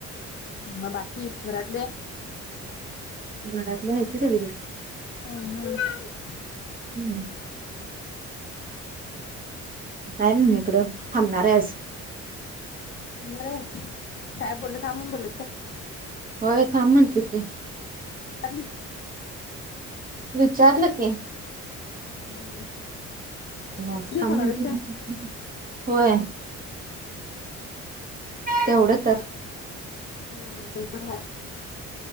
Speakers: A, on the left; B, on the right.
A: म बाकी घरातले?
B: घरातले आहेत की सगळी बरी.
A: हम्म
B: हम्म. काय म्हणून इकडं थांबणार आहेस.
A: नाय. काय बोललत थांब म्हणून बोललत काय?
B: होय थांब म्हटलेत ते.
A: चालली
B: विचारलं की.
A: हम्म.
B: तुम्हास
A: एकटी दिवस
B: थांब
A: होणार
B: म्हटली?
A: आहेस काय?
B: होय. तेवढं तर
A: हम् ते पण हाय.